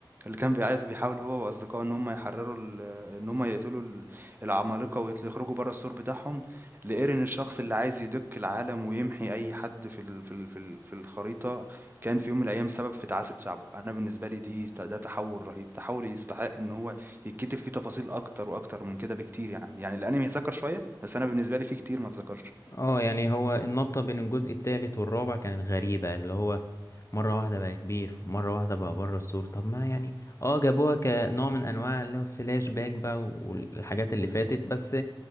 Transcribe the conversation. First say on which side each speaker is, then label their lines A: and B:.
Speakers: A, on the right; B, on the left.
A: اللي كان بيعيط بيحاول هو وأصدقائه إن هُم يحرروا ال إن هُم يقتلوا ال العمالقة ويطل يخرجوا برّه السور بتاعهم، لEren الشخص اللي عايز يدُك العالم ويمحي أي حد في ال في ال في ال في الخريطة كان في يوم من الأيام سبب في تعاسة شعبه. أنا بالنسبة لي دي ت ده تحوّل رهيب، تحوّل يستحق إن هو يتكتب فيه تفاصيل أكتر وأكتر من كده بكتير يعني، يعني الأنمي اتذكر شوية، بس أنا بالنسبة لي في كتير ما اتذكرش.
B: اه يعني هو النطة بين الجزء التالت والرابع كانت غريبة اللي هو مرة واحدة بقى كبير ومرة واحدة بقى بره السور طب ما يعني اه جابوها كنوع من انواع اللي هو فلاش باك بقى والحاجات اللي فاتت بس